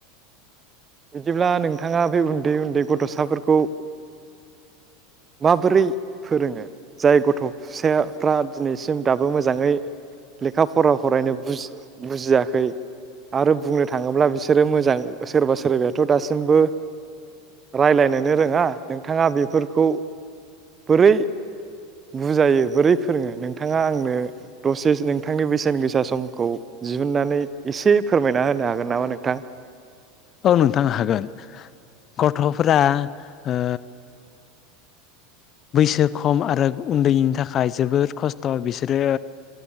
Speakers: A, on the right; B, on the left.
A: बिदिब्ला नोंथाङा बे उन्दै उन्दै गथ'साफोरखौ माबोरै फोरोङो जाय गथ' फिसाफ्रा दिनैसिम दाबो मोजाङै लेखा फरा फरायनो बुजियाखै आरो बुंनो थाङोब्ला बिसोरो मोजां सोरबा सोरबाथ' दासिमबो राय्लायनोनो रोङा नोंथाङा बेफोरखौ बोरै बुजायो बोरै फोरोङो नोंथाङा आंनो दसे नोंथांनि बेसेन गोसा समखौ दिहुनन्नानै एसे फोरमायना होनो हागोन नामा नोंथां
B: औ नोंथां हागोन गथ'फोरा ओ बैसो खम आरो उन्दैनि थाखाय जोबोद खस्थ' बिसोरो